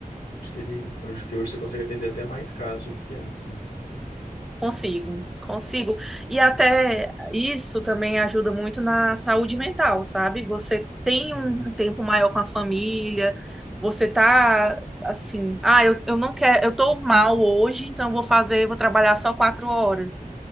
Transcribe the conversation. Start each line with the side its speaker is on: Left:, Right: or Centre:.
Left: Acho que ele, acho que hoje você consegue atender até mais casos do que antes, né?
Centre: Consigo, consigo. E até isso também ajuda muito na saúde mental, sabe? Você tem
Left: Sim.
Centre: um um tempo maior com a família, você tá assim, ah, eu, eu não quero, eu tô mal hoje, então eu vou fazer, vou trabalhar só quatro horas.